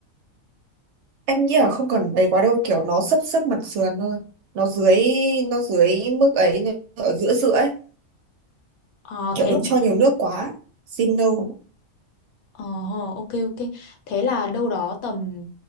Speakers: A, on the right; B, on the left.
A: em nghĩ là không cần ấy quá đâu kiểu nó sấp sấp mặt sườn thôi nó dưới nó dưới mức ấy nó ở giữa giữa ấy
B: Ờ
A: kiểu
B: thế
A: đừng
B: là
A: cho nhiều nước quá rim nâu
B: Ờ, ok ok. Thế là đâu đó tầm